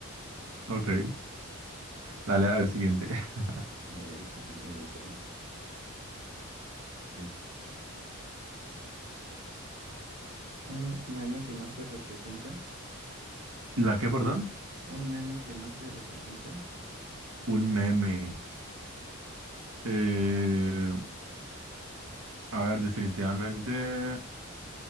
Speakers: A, on the right; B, on the right.
A: Ok. Dale, a ver, siguiente. <laughs>
B: A ver, déjame ver otra. Este, un meme que más te representa,
A: ¿La qué, perdón?
B: un meme que más te representa.
A: Un meme. Eh, a ver, definitivamente.